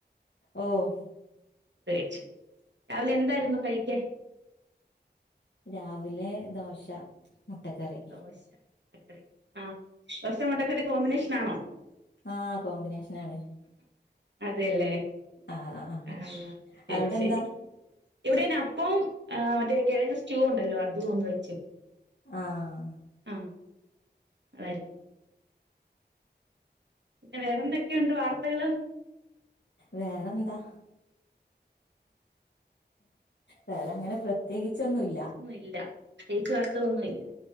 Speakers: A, on the left; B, on the right.
A: ഓഹ്
B: കഴിച്ച് രാവിലെ എന്തായിരുന്നു കഴിക്കാൻ?
A: രാവിലെ ദോശ മുട്ടക്കറി.
B: ദോശ മുട്ടക്കറി ആ ദോശ മുട്ടക്കറി കോമ്പിനേഷൻ ആണോ?
A: ആ കോമ്പിനേഷനാണ്.
B: അതേ ല്ലേ
A: ആഹ് ആഹ്
B: ആ ശരി
A: അവിടെന്താ
B: ശരി ഇവ്ടേ ന്നെ അപ്പോം ആ മറ്റേ കിഴങ്ങ് സ്റ്റൂ ഉണ്ടല്ലോ അതും ഒന്ന് വെച്ച്
A: ആഹ്
B: ആ അതായിരുന്നു പിന്നെ വേറെന്തൊക്കെയുണ്ട് വാർത്തകള്?
A: വേറെന്താ വേറെങ്ങനെ പ്ര ത്യേകിച്ചൊന്നും ഇല്ല
B: ച്ചൊന്നു ഇല്ല പ്രത്യേകിച്ച് വാർത്തകളൊന്നു ഇല്ല